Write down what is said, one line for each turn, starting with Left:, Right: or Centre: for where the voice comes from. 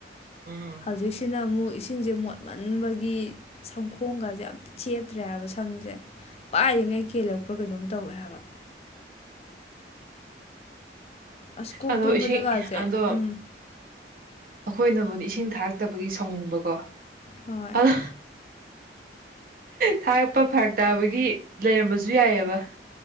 Right: ꯎꯝ
Left: ꯍꯧꯖꯤꯛꯁꯤꯅ ꯑꯃꯨꯛ ꯏꯁ ꯁꯤꯡꯁꯦ ꯃꯣꯠꯃꯟꯕꯒꯤ ꯁꯝꯈꯣꯡꯒꯁꯦ ꯑꯝꯇ ꯆꯦꯠꯇ꯭ꯔꯦ ꯍꯥꯏꯕ ꯁꯝꯁꯦ ꯄꯥꯏꯔꯤꯉꯩ ꯀꯦꯜꯂꯛꯄ꯭ꯔꯥꯀꯩꯅꯣꯝ ꯇꯧꯋꯦ ꯍꯥꯏꯕ ꯑꯁ ꯀꯣꯛ
Right: ꯑꯗꯣ
Left: ꯇꯨꯝꯕꯗꯒꯁꯦ
Right: ꯏꯁꯤꯡ ꯑꯗꯣ
Left: ꯎꯝ
Right: ꯑꯈꯣꯏꯅꯕꯨꯗꯤ ꯏꯁꯤꯡ ꯊꯥꯔꯛꯇꯕꯒꯤ ꯁꯥꯎꯅꯤꯡꯕꯀꯣ
Left: ꯍꯣꯏ
Right: ꯑꯗꯣ ꯊꯥꯔꯛꯄ ꯐꯔꯛ ꯇꯥꯕꯒꯤ ꯂꯩꯔꯝꯕꯁꯨ ꯌꯥꯏꯌꯦꯕ